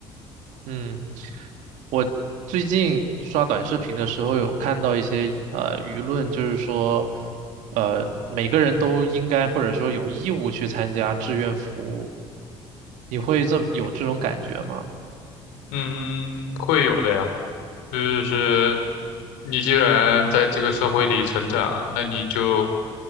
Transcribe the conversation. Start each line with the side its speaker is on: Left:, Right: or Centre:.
Right: 嗯。我最近刷短视频的时候，有看到一些呃舆论，就是说，呃，每个人都应该或者说有义务去参加志愿服务。你会这么有这种感觉吗？
Left: 嗯，会有的呀。就是你既然在这个社会里成长，那你就